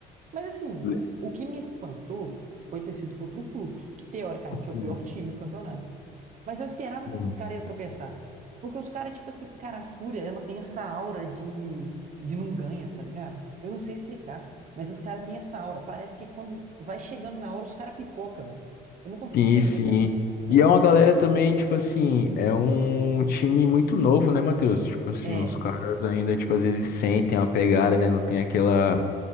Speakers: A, on the right (about 45°); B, on the left (about 65°).
A: Mas assim,
B: Le-
A: o que me espantou foi ter sido contra o Fluxo, que teoricamente é
B: Sim,
A: o pior time do campeonato. Mas eu esperava
B: sim.
A: que esses caras iam tropeçar. Porque os caras, tipo assim, cara, a Fúria, ela tem essa aura de, de não ganha, tá ligado? Eu não sei explicar, mas os caras têm essa aura. Parece que quando vai chegando na hora, os caras pipoca, velho. Eu não consigo
B: Sim,
A: entender,
B: sim.
A: cara. É
B: E
A: loucura.
B: é uma galera também, tipo assim, é um time muito novo, né, Matheus? Tipo assim,
A: É,
B: os caras ainda, tipo, às vezes sentem uma pegada, né? Não tem aquela